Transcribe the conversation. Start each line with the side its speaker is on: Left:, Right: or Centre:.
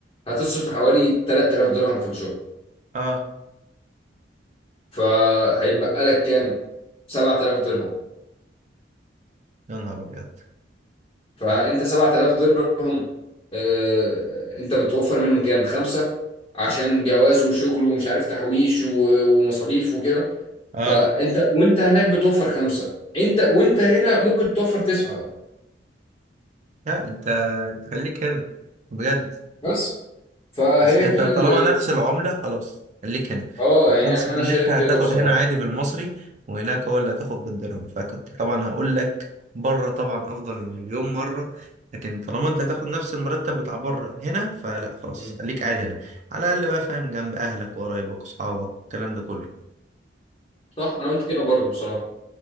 Left: هتصرف حوالي 3000 درهم في الشهر
Right: اه
Left: فهيتبقى لك كام 7000 درهم
Right: يا نهار ابيض
Left: فانت 7000 درهم آه، انت بتوفر منهم كام خمسة عشان جواز وشغل ومش عارف تحويش و- ومصاريف وكده
Right: اه
Left: فانت وانت هناك بتوفر خمسه انت وانت هنا ممكن توفر تسعه
Right: لا انت انت خليك هنا بجد
Left: بس فهي
Right: بس انت
Left: دي
Right: طالما
Left: ال...
Right: نفس العملة خلاص خليك هنا
Left: اه
Right: انا
Left: يعني
Right: بحسب
Left: انا
Right: ان
Left: شايف
Right: انت هتاخد
Left: كده بصراحه
Right: هنا عادي بالمصري وهناك هو اللي هتاخد بالدرهم فكنت طبعا هقول لك بره طبعا افضل مليون مرة لكن طالما انت هتاخد نفس المرتب بتاع بره هنا فلا خلاص
Left: مم.
Right: خليك قاعد هنا على الاقل بقى فاهم جنب اهلك وقرايبك واصحابك والكلام ده كله
Left: صح انا قلت كده برضو بصراحه